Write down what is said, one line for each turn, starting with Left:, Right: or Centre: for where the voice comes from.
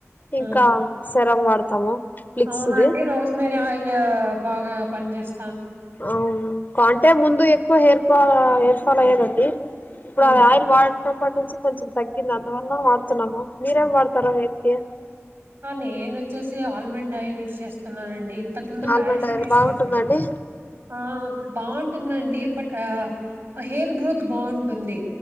Right: హ్మ్.
Left: ఇంకా సేరమ్ వాడతాము ప్లిక్స్ది
Right: అవునా అండి రోస్మేరీ ఆయిల్ బాగా పని చేేస్
Left: అవును కొంటె ముందు ఎక్కువ హేర్ ఫాల్, హయిర్ ఫాల్ అయ్యేదండ్ ఏ ఇప్పుడద్
Right: హ్మ్
Left: ఆయిల్ వాడ్ న్నప్పటి నుంచి కొంచెం తగ్గింది. అందువల్ల వాడుతున్నాము. మీరెం వాడతారూ హెయిర్కి
Right: నేను చేసి ఆల్మండ్ ఆయిల్ యూస్ చేస్తున్నానండి. ఇంతకు ముందు
Left: ఆల్మండ్
Right: పారాషూట్
Left: ఆయిల్
Right: యూస్
Left: బాగుంటుందండి
Right: చేశాను, ఆ బావుంటుందండ్ బట్ ఆ హెయిర్ గ్రోత్ బావుంటుంది.